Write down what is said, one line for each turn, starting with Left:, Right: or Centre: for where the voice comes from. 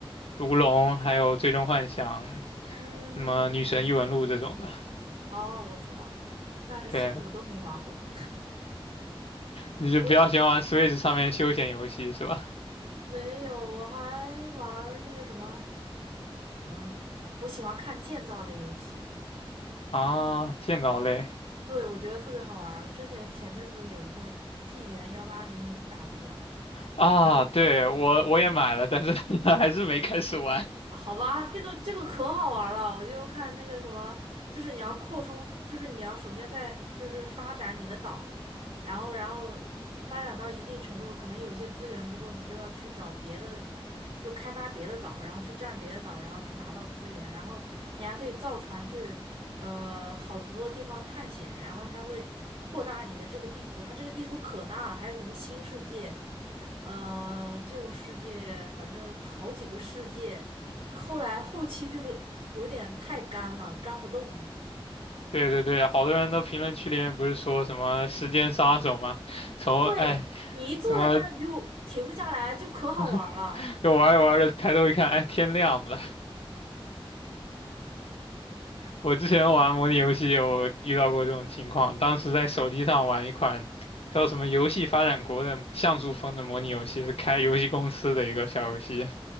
Left: 《如龙》，还有《最终幻想》、
Right: 嗯，
Left: 什么《女神异闻录》这种的。
Right: 哦，我知道，但是其实我都没玩儿过，
Left: 对，你就比较喜欢玩
Right: <laughs> 我只
Left: Switch 上面休闲游戏是吧？
Right: 没有，我还玩儿那个什么，嗯，我喜欢看建造类游戏，
Left: 啊，建造类
Right: 对，我觉得特别好玩儿。之前前阵子有一个纪元幺八零零打折，
Left: 啊，
Right: 然后
Left: 对，我我也买了，但是 <laughs> 还是没开始玩。
Right: 啊好吧，这个这个可好玩儿了，我就看那个什么，就是你要扩充，就是你要首先在就是发展你的岛，然后然后发展到一定程度，可能有些资源不够，你就要去找别的，就开发别的岛，然后去占别的岛，然后去拿到资源，然后你还可以造船去。呃，很多地方探险，然后它会扩大你的这个地图，它这个地图可大了，还有什么新世界，呃，旧世界，反正好几个世界。后来后期就是有点太干了，干不动了。
Left: 对对对，好多人都评论区里面不是说什么时间杀手吗？从哎
Right: 对，你一坐在那儿你就停不下来，
Left: 什么
Right: 就可好玩儿了。
Left: <laughs> 就玩着玩着抬头一看，哎天亮了，我之前玩模拟游戏有遇到过这种情况，当时在手机上玩一款叫什么《游戏发展国》的像素风的模拟游戏，是开游戏公司的一个小游戏，